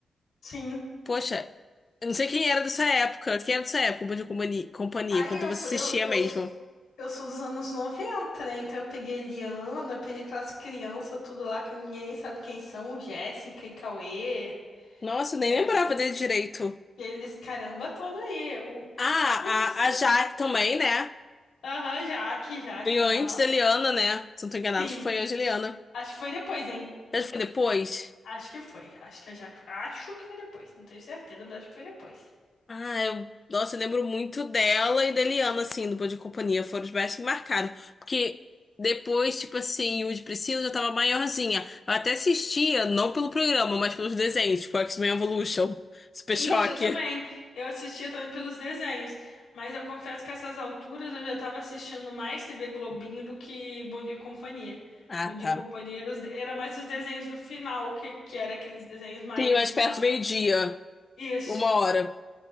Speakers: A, on the left (about 85°); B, on the left (about 30°).
A: Sim.
B: Poxa, eu não sei quem era dessa época. Quem era dessa época de companhia, companhia
A: Aí
B: quando
A: eu
B: você
A: sou, eu,
B: assistia
A: eu,
B: mesmo?
A: eu sou dos anos 90, né? Então eu peguei Eliana, peguei aquelas crianças tudo lá que ninguém nem sabe quem são, Jéssica e Cauê,
B: Nossa, eu nem
A: que é-
B: lembrava dele direito.
A: que eles caramba todo aí. Eu,
B: Ah,
A: putz.
B: a, a Jaque também, né?
A: Aham, Jaque, Jaque,
B: Veio
A: aham.
B: antes da Eliana, né? Se não tô enganado,
A: Sim,
B: acho que foi antes da Eliana.
A: acho que foi depois, hein?
B: Mas foi depois?
A: Acho que foi. Acho que a Jaque. Acho que foi depois. Não tenho certeza, mas acho que foi depois.
B: Ah, eu, nossa, eu lembro muito dela e da Eliana, assim, do Bom de Companhia. Foram os mais que marcaram. Porque depois, tipo assim, o de Priscila já tava maiorzinha. Eu até assistia, não pelo programa, mas pelos desenhos, tipo X-Men Evolution, Super
A: Isso,
B: Choque.
A: eu também. Eu assistia também pelos desenhos. Mas eu confesso que essas alturas eu já tava assistindo mais TV Globinho do que Bom Dia e Companhia.
B: Ah,
A: Bom Dia
B: tá.
A: e Companhia era, os de- era mais os desenhos do final, que, que era aqueles desenhos mais.
B: Sim, mais perto
A: ma-
B: de meio-dia,
A: Isso,
B: uma hora.